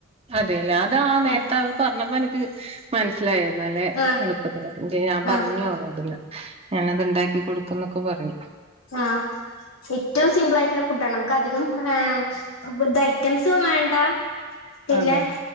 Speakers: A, on the right; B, on the left.
A: അതെലേ അതാ ആ നേരത്ത്
B: ഉം
A: അവള് പറഞ്ഞപ്പോ എനക്ക് മനസ്സിലായി ഇന്നലെ
B: ആ
A: എളുപ്പത്തി <unintelligible> ഞാ പറഞ്ഞു
B: ആ
A: അവളോട്‌ ഇന്ന് ഞാനത് ഇണ്ടാക്കി കൊടുക്കും ന്നൊക്കെ പറഞ്ഞു
B: ആഹ് ഏറ്റവും സിമ്പിൾ ആയിട്ടുള്ള ഫുഡാണ് നമുക്ക് അധികം ഹാ ഫുഡ് ഐറ്റംസും വേണ്ട, പിന്നെ
A: അതെ